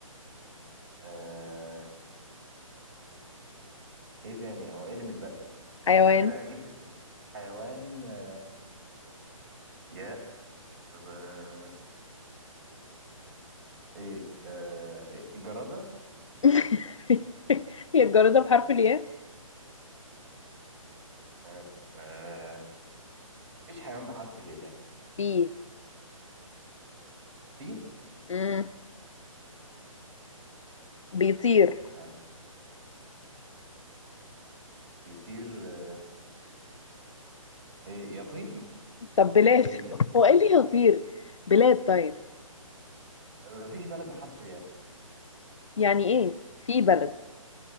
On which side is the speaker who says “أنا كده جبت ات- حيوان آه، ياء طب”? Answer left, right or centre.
Right